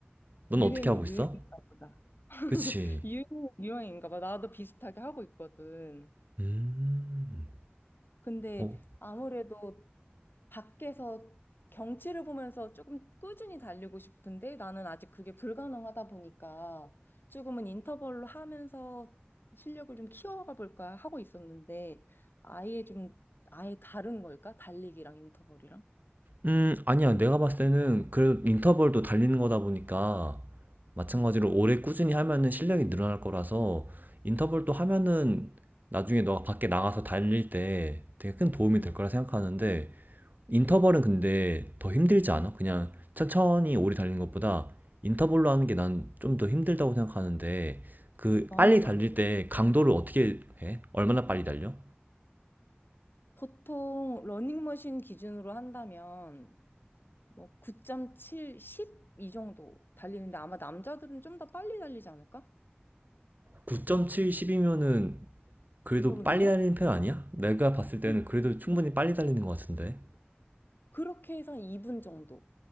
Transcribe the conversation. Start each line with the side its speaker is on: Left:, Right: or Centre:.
Right: 넌
Left: 유행은
Right: 어떻게 하고 있어?
Left: 유행인가 보다. <laughs>
Right: 그치.
Left: 유행은 유행인가 봐. 나도 비슷하게 하고 있거든.
Right: 음.
Left: 근데
Right: 어,
Left: 아무래도 밖에서 경치를 보면서 조금 꾸준히 달리고 싶은데 나는 아직 그게 불가능하다 보니까 조금은 인터벌로 하면서 실력을 좀 키워가 볼까 하고 있었는데 아예 좀 아예 다른 걸까? 달리기랑 인터벌이랑?
Right: 음 아니야. 내가 봤을 때는 그래도 인터벌도 달리는 거다 보니까 마찬가지로
Left: 음,
Right: 오래 꾸준히 하면은 실력이 늘어날 거라서 인터벌도 하면은 나중에 너가 밖에 나가서 달릴 때 되게 큰 도움이
Left: 음,
Right: 될 거라 생각하는데 인터벌은 근데 더 힘들지 않아? 그냥 천천히 오래 달리는 것보다 인터벌로 하는 게 난 좀 더 힘들다고 생각하는데 그
Left: 나는
Right: 빨리 달릴
Left: 완전
Right: 때 강도를 어떻게 해? 얼마나 빨리 달려?
Left: 보통 러닝머신 기준으로 한다면 뭐 9.7, 10 이 정도 달리는데 아마 남자들은 좀 더 빨리 달리지 않을까?
Right: 9.7, 10이면은 그래도
Left: 너무
Right: 빨리
Left: 느려?
Right: 달리는 편 아니야? 내가 봤을 때는
Left: <laughs>
Right: 그래도 충분히 빨리 달리는 것 같은데.
Left: 그렇게 해서 한 2분 정도.